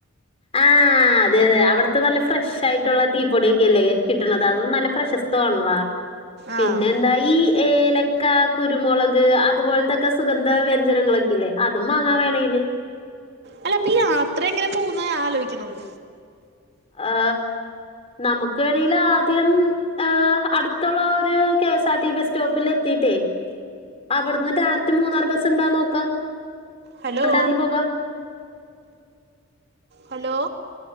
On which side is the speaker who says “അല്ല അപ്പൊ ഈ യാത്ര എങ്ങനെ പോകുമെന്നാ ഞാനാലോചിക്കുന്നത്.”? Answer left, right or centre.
Right